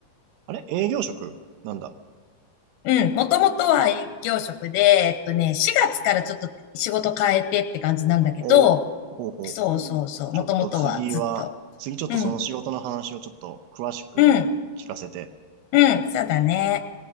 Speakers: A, on the right (about 90°); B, on the left (about 80°).
A: あれ営業職なんだ。
B: うん、もともとは営業職で、えっとね、4月からちょっと仕事変えてって感じなんだけど、
A: お、ほうほう。
B: そうそうそう、
A: うんちょっと次は、
B: もともとはずっと。
A: 次ちょっとその仕事の話をちょっと詳しく聞かせて。
B: うん、うん、うん、そうだね。